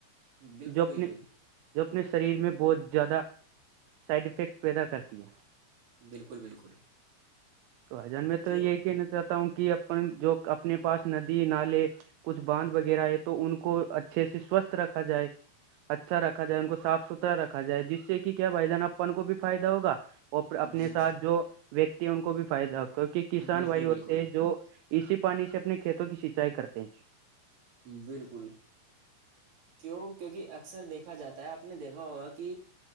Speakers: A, on the right; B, on the right.
A: بالکل
B: جو اپنے
A: بالکل
B: جو اپنے شریر میں بہت زیادہ سائڈ افیکٹ پیدا کرتی ہے
A: بالکل بالکل
B: تو ہجان میں تو
A: کیوں
B: یہ ہے کہ نا سر ہوں کہ اپن جو اپنے پاس ندی نالے کچھ باندھ وغیرہ ہے تو ان کو اچھے سے سوستھ رکھا جائے اچھا رکھا جائے ان کو صاف ستھرا رکھا جائے جس سے کہ کیا بھائی جان اپن کو بھی فائدہ ہوگا اپنے
A: جی
B: ساتھ
A: جی
B: جو ویکتی ہے ان کو بھی فائدہ ہو کیونکہ کسان
A: بالکل
B: بھائی
A: بالکل
B: ہوتے ہیں جو اسی پانی سے اپنے کھیتوں کی سینچائی کرتے ہیں
A: بالکل کیوں کیوںکہ اکثر دیکھا جاتا ہے آپ نے دیکھا ہوا کہ